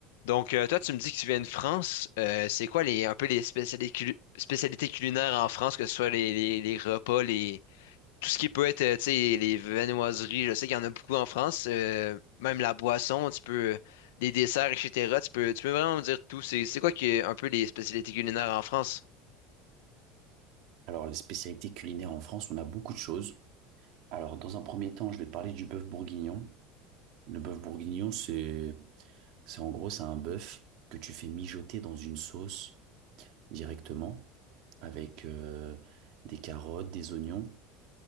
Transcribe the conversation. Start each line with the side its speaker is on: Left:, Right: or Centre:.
Left: Donc, euh, toi, tu me dis que tu viens de France. Euh, c'est quoi les, un peu les spécialités, cul- spécialités culinaires en France, que ce soit les, les, les repas, les, tout ce qui peut être, euh, tu sais, les viennoiseries. Je sais qu'il y en a beaucoup en France. euh, même la boisson, tu peux, les desserts, et cetera. Tu peux, tu peux vraiment me dire tout. C'est, c'est quoi qui est un peu les spécialités culinaires en France?
Right: Alors, les spécialités culinaires en France, on a beaucoup de choses. Alors, dans un premier temps, je vais parler du bœuf bourguignon. Le bœuf bourguignon, c'est, c'est en gros, c'est un bœuf que tu fais mijoter dans une sauce directement avec euh, des carottes, des oignons.